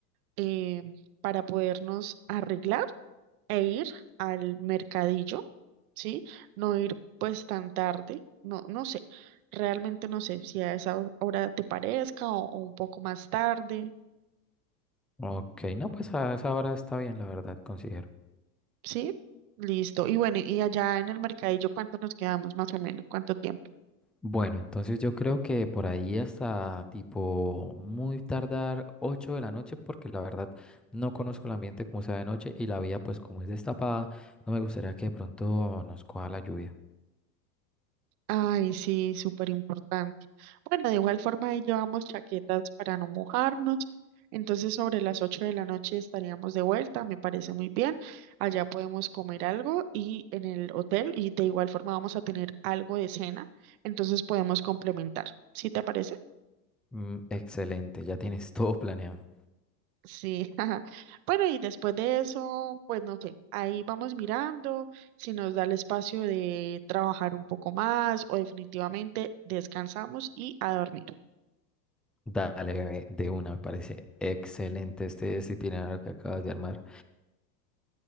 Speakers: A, on the right; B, in the centre.
A: eh, para podernos arreglar e ir al mercadillo, ¿sí? No ir pues tan tarde, no, no sé, realmente no sé si a esa hora te parezca o, o un poco más tarde,
B: Ok, no, pues a esa hora está bien, la verdad, considero.
A: ¿sí? Listo. Y bueno, y allá en el mercadillo, ¿cuánto nos quedamos más o menos? ¿Cuánto tiempo?
B: Bueno, entonces yo creo que por ahí hasta tipo muy tardar 8 de la noche, porque la verdad no conozco el ambiente como sea de noche y la vía pues como es destapada, no me gustaría que de pronto nos coja la lluvia.
A: Ay, sí, súper importante. Bueno, de igual forma ahí llevamos chaquetas para no mojarnos. Entonces, sobre las 8 de la noche estaríamos de vuelta, me parece muy bien. Allá podemos comer algo y en el hotel y de igual forma vamos a tener algo de cena, entonces podemos complementar. ¿Sí te parece?
B: Mm, excelente, ya tienes <laughs> todo planeado.
A: Sí. <laughs> ajá. Bueno, y después de eso, pues no sé, ahí vamos mirando si nos da el espacio de trabajar un poco más o definitivamente descansamos y a dormir.
B: Dale, bebé, de una, me parece excelente este, este itinerario que acabas de armar.